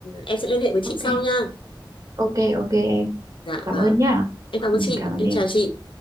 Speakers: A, on the left; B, on the right.
A: em sẽ liên hệ với chị
B: ok
A: sau nha
B: ok ok em
A: dạ
B: chị cảm
A: vâng
B: ơn nhá
A: Em cảm ơn
B: ừ,
A: chị,
B: cảm ơn
A: em
B: em
A: chào chị.